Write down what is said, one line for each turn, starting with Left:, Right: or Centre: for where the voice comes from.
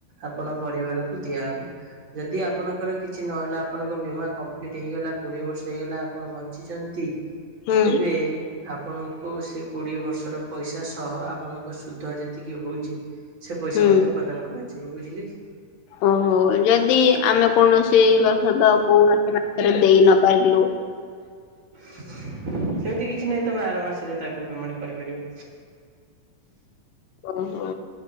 Right: ଆପଣ ପରିବାରଙ୍କୁ ଦିଆହବ। ଯଦି ଆପଣ ଧର କିଛି ନହେଲା ଆପଣଙ୍କ ବୀମା କମ୍ପ୍ଲିଟ୍ ହେଇଗଲା। କୋଡ଼ିଏ ବର୍ଷ ହେଇଗଲା ଆପଣ ବଞ୍ଚିଚନ୍ତି।
Left: ହୁଁ
Right: ତେବେ ଆପଣଙ୍କୁ ସେ କୋଡିଏ ବର୍ଷର ପଇସା ସହ ଆପଣଙ୍କ ସୁଧ ଯେତିକି ହଉଛି। ସେ ପଇସା
Left: ହୁଁ
Right: ମଧ୍ୟ ପ୍ରଦାନ କରାଯିବ ବୁଝିଲେ କି।
Left: ଓହୋ! ଯଦି ଆମେ କୌଣସି ବସତ କୌଣସି ମାସରେ ଦେଇ ନ ପାରିଲୁ
Right: ସେମିତି କିଛି ନାହିଁ ତୋମେ ଆର ମାସରେ ତାକୁ ପେମେଣ୍ଟ କରିପାରିବ।
Left: ଓହୋ!